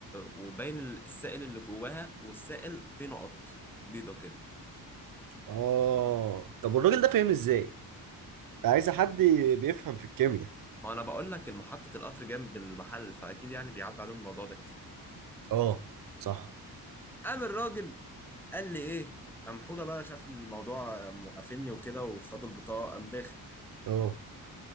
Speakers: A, in the centre; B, on the right (about 60°).
A: وباين ال- السائل اللي جواها والسائل فيه نقط بيضه كده
B: اه طب والراجل ده فاهم ازاي انت عايز حد بيفهم في الكيمياء
A: ما انا بقول لك محطه القطر جنب المحل فاكيد يعني بيعدي عليهم الموضوع ده كتير
B: اه صح
A: قام الراجل قال لي ايه قام حوده بقى شاف إن الموضوع موقفني وكده وخدوا البطاقه قام داخل
B: اه